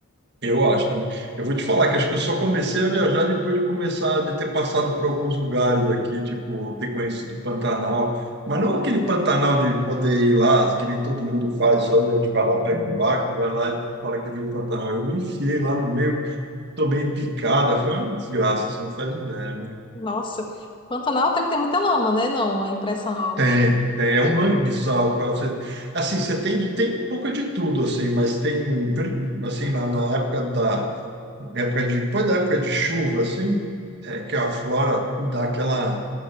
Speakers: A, on the right; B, on the left.
A: Eu acho também. Eu vou te falar que acho que eu só comecei a viajar depois de começar de ter passado por alguns lugares aqui, tipo, ter conhecido Pantanal, mas não aquele Pantanal de poder ir lá, que nem todo mundo faz, só a gente vai lá, pega um barco, vai lá e fala que viu Pantanal. Eu me enfiei lá no meio, tomei picada, foi uma desgraça, você não faz ideia, né?
B: Nossa, Pantanal tem que ter muita lama, né? Não, a impressão.
A: Tem, tem, é um manguezal, cara. Você, assim, você tem, tem um pouco de tudo, assim, mas tem, assim, na, na época da época de, depois da época de chuva, assim, é, que a flora dá aquela,